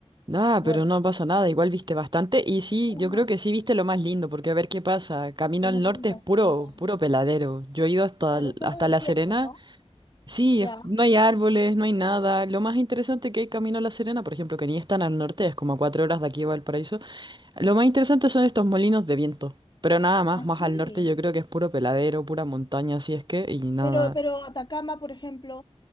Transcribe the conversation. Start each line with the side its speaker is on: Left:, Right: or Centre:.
Right: Ah,
Left: Bueno,
Right: pero no pasa nada, igual viste bastante. Y sí,
Left: una,
Right: yo creo que sí viste lo más lindo, porque a ver qué pasa. Camino
Left: una
Right: al
Left: fantasía.
Right: norte es puro, puro peladero. Yo he ido hasta,
Left: Claro,
Right: el-
Left: solo
Right: hasta
Left: desierto,
Right: La Serena.
Left: ¿no?
Right: Sí,
Left: Ya,
Right: es- no hay árboles, no hay nada. Lo más interesante que hay camino a La Serena, por ejemplo, que ni es tan al norte, es como a cuatro horas de aquí a Valparaíso. Lo más interesante son estos molinos de viento. Pero nada más,
Left: así.
Right: más al norte yo creo que es puro peladero, pura montaña, así es que, y nada.
Left: Pero, pero Atacama, por ejemplo,